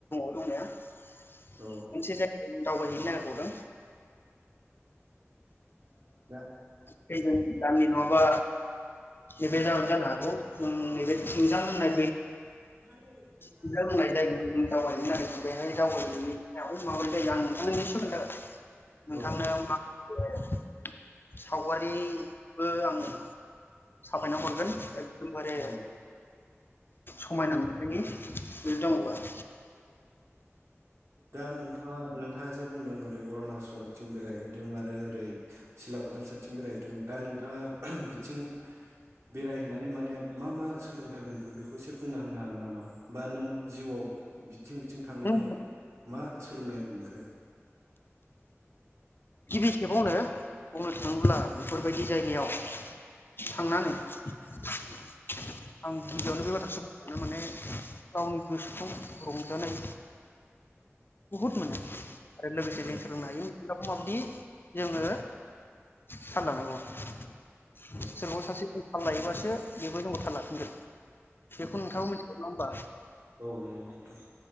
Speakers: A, on the left; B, on the right.
A: <unintelligible> मोनसे
B: औ
A: जायगायाव दावबायहैनो नागिरबावदों
B: दा
A: फैगोन दाननि नङाबा नैबे दानावनो जानो हागौ जों नैबे थुमजां होननाय
B: <inaudible>
A: थुमजां होननाय जायगायाव जों दावबायहैनो नागिरदों बेहाय दावबाय हैनायाव माबोरै जायो आं नोंथांनो निसय खोन्थागोन नोंथांनो
B: औ
A: मा ए सावगारिबो आङो साफायना हरगोन एकदमबारे
B: औ
A: समायना नखरनि बेलदामबा
B: औ दा नोंथाङा नोंथाजों बुंदों ओरै अरुणचलथिं बेरायहैदों आरो ओरै सिलाफोथार साइडथिं बेरायहैदों दा नों बिथाङा बिथिं बेरायहैनानै माने मा मा सोलोंथाइ मोनखो बेखौ एसे बुंना होनो हागोन नामा बा नों जिउआव बिथिं बिथिं थांनानै
A: नों
B: मा सोलोंनाय मोनखो
A: गिबि खेबाव आरो बुंनो थाङोब्ला बेफोरबायदि जायगायाव थांनानै <inaudible> आं गिबियावनो
B: औ
A: बे बाथ्रा माने गावनि गोसोखौ रंजानाय बहुत मोनो जों लोगोसे
B: औ
A: जों सोलोंनाय दाव माबायदि जोङो थाल लानांगौ सोरखौबा
B: औ
A: सासे थाल लायोबासो बेबो जोंबो थाल लाफिनगोन बेखौ नोंथाङाबो मिथिगौ नङा होमबा
B: औ औ नंगौ नोंथां